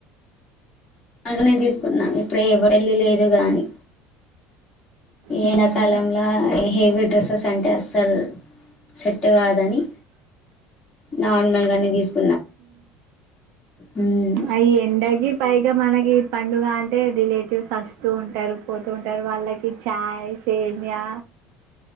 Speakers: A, on the left; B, on the right.
A: అకనే తీసుకున్నా ఇప్పుడే ఎవరెళ్లి లేదు గాని
B: హ్మ్
A: ఎండకాలంలా హెవీ డ్రెస్సెస్ అంటే అస్సలు సెట్ కాదని నార్మల్గానే తీసుకు మ్మ్
B: అ ఎండకి పైగామానకి పండుగ అంటే రిలేటివ్స్ వస్తూ ఉంటారు పోతూ ఉంటారు వాళ్ళకి చాయ్ సేమ్యా